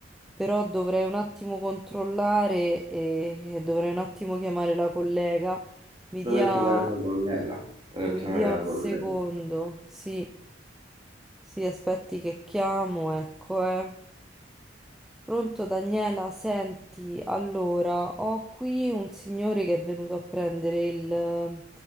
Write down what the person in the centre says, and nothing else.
però dovrei un attimo controllare e, e dovrei un attimo chiamare la collega. Mi
dia,
mi
dia
un
secondo, sì, sì, aspetti che chiamo, ecco, eh. Pronto Daniela, senti, allora ho qui un signore che è venuto a prendere il- ehm,